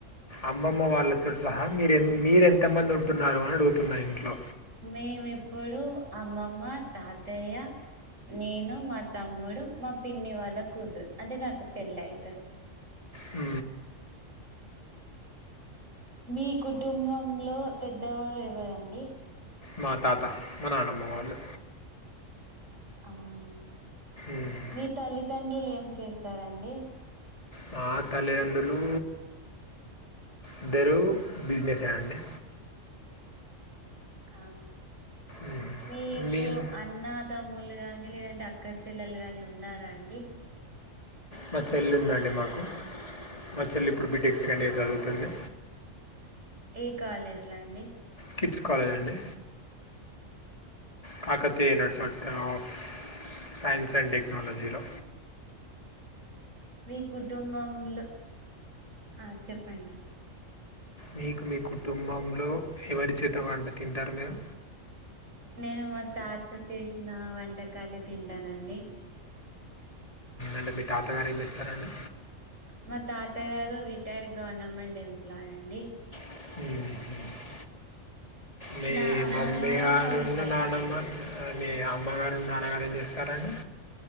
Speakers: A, on the left (about 30°); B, on the right (about 75°).
A: అమ్మమ్మ వాళ్ళతో సహా మీరు మీరు ఎంత మంది ఉంటున్నారు అని అడుగుతున్న ఇంట్లో
B: మేమిప్పుడు అమ్మమ్మ తాతయ్య నేను మా తమ్ముడు మా పిన్ని వాళ్ళ కూతురు అంటే నాకు చెల్ల అవుతుంది
A: హ
B: మీ కుటుంబంలో పెద్దవారు ఎవరండి
A: మా తాతా మా నానమ్మ వాళ్ళు
B: అవునండి
A: ఊహు
B: మీ తల్లితండ్రులు ఏం చేస్తారండి
A: మా తల్లిదండ్రులు ఇద్దర బిజినెసే అండి
B: అవునా
A: మ్మ్
B: మీకు
A: మేం
B: అన్న తమ్ములు గాని లేదంటే అక్క చెల్లెలు గాని ఉన్నారా అండి
A: మా చెల్లి ఉందండి మాకు మా చెల్లి ఇప్పుడు బీటెక్ సెకండ్ ఇయర్ చదువుతుంది
B: ఏ కాలేజ్ లో అండి
A: కిడ్స్ కాలేజ్ అండి Kakatiya university of science and technology లో
B: మీ కుటుంబంలో ఆ చెప్పండి
A: మీకు మీ కుటుంబంలో ఎవరి చేత వంట తింటారు మీరు
B: నేను మా తాత చేసిన వంటకాలే తింటానండి
A: అంటే మీ తాతగారు ఏం చేస్తారండి
B: మా తాత గారు రిటైర్డ్ గవర్నమెంట్ ఎంప్లాయ్ అండి
A: మ్మ్ మీ
B: మా అమ్మమ్మ
A: మమ్మీ గారు
B: హౌస్ వైఫ్
A: నాన్నమ్మ
B: అండి
A: మీ అమ్మగారు నాన్నగారు ఏం చేస్తారండి